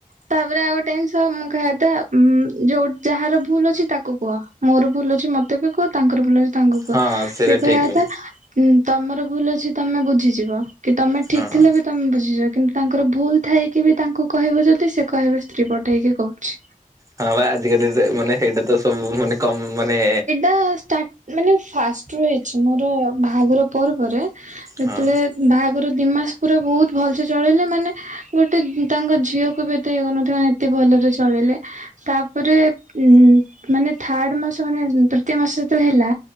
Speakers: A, on the right; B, on the right.
A: ତାପରେ ଆଉ ଗୋଟେ ଜିନିଷ ମୁଁ ଖାଇବା କଥା ଉଁ। ଯୋଉ ଯାହାର ଭୁଲ ଅଛି ତାକୁ କୁହ ମୋର ଭୁଲ ଅଛି ମତେ ବି କୁହ ତାଙ୍କର ଭୁଲ ଅଛି। ତାଙ୍କୁ
B: ହଁ
A: କୁହ
B: ସେଇଟା
A: ସେ
B: ଠିକ
A: କହିବା କଥା।
B: ବି
A: ହୁଁ ତମର ଭୁଲ ଅଛି ତମେ ବୁଝିଯିବ କି ତମେ
B: ହଁ
A: ଠିକ ଥିଲା ବି। ତମେ ବୁଝିଯିବ କିନ୍ତୁ ତାଙ୍କର ଭୁଲ ଥାଇକି ବି ତାଙ୍କୁ କହିବ ଯଦି ସେ କହିବେ ସ୍ତ୍ରୀ ପଟେ ହେଇକି କହୁଛି।
B: ହଁ ବା ଆଜିକା ଡେଟ ମାନେ ସେଇଟା ତ ସବୁ ମାନେ କମ ମାନେ।
A: ନେ ଷ୍ଟାଟ୍ ମାନେ ଫାଷ୍ଟ ରହିଛି ମୋର ବାହାଘର ପରେ ପରେ ଯେତେବେଳେ।
B: ହଁ
A: ବାହାଘର ଦିଇମାସ ପୁରା ବହୁତ ଭଲ ସେେ ଚଳେଇିଲଲେ ମାନେ ଗୋଟେ ତାଙ୍କ ଝିଅକୁ ବି ଏତେଇ କରୁନଥିବେ ମାନେ। ଏତେ ଭଲରେ ଚଳେଇିଲେ ତା। ପରେ ଉ ମାନେ ଥାର୍ଡ ମାସ ମାନେ ତୃତୀୟ ମାସ ଯେତେବେଳେ ହେଲା।